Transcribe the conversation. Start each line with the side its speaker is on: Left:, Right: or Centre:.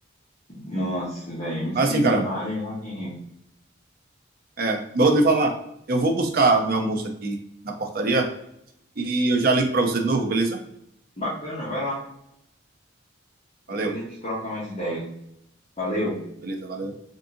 Left: nossa, velho, MC
Right: Mas, assim,
Left: Bin
Right: cara,
Left: Laden, no Rock in Rio.
Right: é, vou lhe falar. Eu vou buscar meu almoço aqui na portaria e eu já ligo para você de novo, beleza?
Left: Bacana, vai lá. Depois
Right: Valeu.
Left: a gente troca mais ideia. Valeu.
Right: Beleza, valeu.